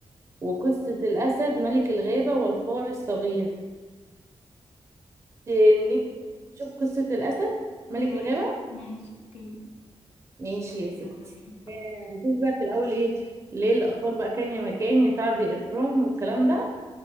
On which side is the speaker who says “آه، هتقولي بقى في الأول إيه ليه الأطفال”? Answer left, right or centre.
Right